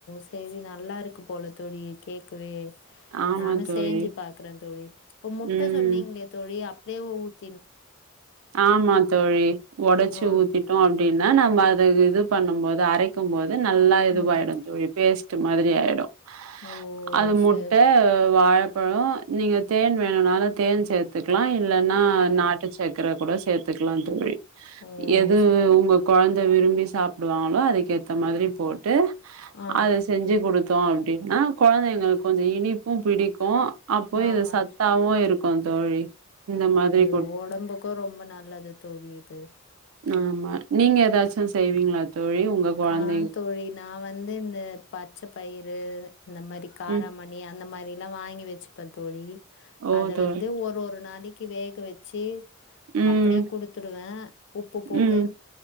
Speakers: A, on the left; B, on the right.
A: செரி நல்லா இருக்கும் போல தோழி கேக்கவே
B: ஆமா
A: நானும்
B: தோழி
A: செய்ஞ்சி பாக்கறே தோழி இப்ப முட்ட
B: ம்
A: சொன்னீங்ளே தோழி அப் தேவு ஊத்
B: ஆமா தோழி ஒடைச்சி
A: ஆ
B: ஊத்திட்டோ அப்டின் னா நம்ம அத இது பண்ணும் போது அரைக்கமோது து நல்லா இதுவாயிடம்
A: ம்
B: தோழி பேஸ்ட் டு மாதிரி ஆயிடும்
A: ஓ
B: அது
A: சேர்
B: முட்ட வாழப் பழம் நீங்க தேன் வேணுனாலு தேன் சேத்து க்கலாம் இல்லன்னா
A: ஆ
B: நாட்டு சக் கர கூட சேத்துக்கலாம் தோழி
A: ஓ
B: எதுவு
A: ச-
B: உங்க கொழந்த விரும்பி சாப்டுவாங்களோ அதுக்கேத்த மாதிரி போட்டு
A: ஆ
B: அது செஞ்சி குடுத் தோம் அப்டின்னா கொழந்தைங்களுக்கு கொஞ்சம் இனிப்பும் பிடிக்கும் அப்போ
A: ஆமா
B: இது சத்தாவும் இருக்கு தோழி இந்த மாதிரி
A: து ஒடம்புக்கும் ரொம்ப நல்லது தோழி இது
B: ஆமா நீங்க எதாச்சும் செய்வீங்களா தோழி? உங்க குழந்தை
A: ஆ தோழி நா வந்து இந்த பச்ச பயிறு இந்த மாரி காராமணி
B: ம்.
A: அந்த மாரி எல்லா வாங்கி வச்சுப்பே தோழி
B: ஓ!
A: அது
B: தோழி.
A: வந்து ஒரு ஒரு நாளைக் கி வேக வச்சு
B: ம்,
A: அப்டியே குடுத்துடுவே உப்பு போட்டு
B: ம்,